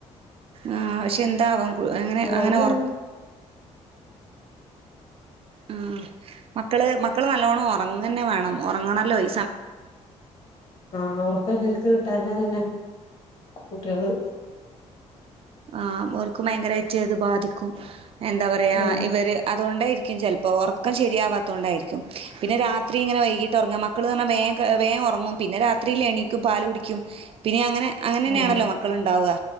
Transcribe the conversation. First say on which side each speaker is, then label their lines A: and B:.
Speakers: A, on the right; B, on the left.
A: ആ ക്ഷെ എന്താവാം അങ്ങനെ
B: അല്ലാതെ
A: അങ്ങനെ
B: തന്നെ
A: ഒർ ഉം. മക്കള് മക്കള് നല്ലോണം ഒറങ്ങെന്നെ വേണം ഒറങ്ങണല്ലോ ല്.
B: ആ ഒറക്ക ശെരിക്ക് കിട്ടാഞ്ഞാ തന്നെ കുട്ട്യേള്
A: ആ ഓൽക്കും ഭയങ്കരായിറ്റ് അത് ബാധിക്കും. എന്താ പറയാ
B: ഉം
A: ഇവര്, അതോണ്ടായിർക്കും ചെലപ്പോ ഒറക്കം ശെരിയാവാത്തോണ്ടായിര്ക്കും. പിന്നെ രാത്രിങ്ങനെ വൈകി <inaudible> മക്കള് പറഞ്ഞാ വേം കെ വേം ഒറങ്ങും പിന്നെ രാത്രില് എണീക്കും പാല് കുടിക്കും പിന്നെ അങ്ങനെ അങ്ങനെന്നെയാണല്ലോ
B: ഉം
A: മക്കള്ണ്ടാവാ